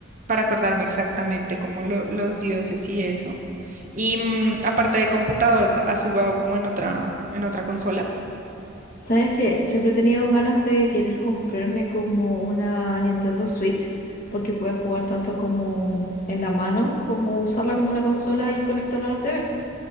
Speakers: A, on the right; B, on the left.
A: para acordarme exactamente como lo- los dioses y eso. Y mm, aparte de computador, ¿has jugado como en otra, en otra consola?
B: Sabes que siempre he tenido ganas de querer comprarme como una Nintendo Switch porque puedes jugar tanto como en la mano como usarla como una consola y conectarla a la TV.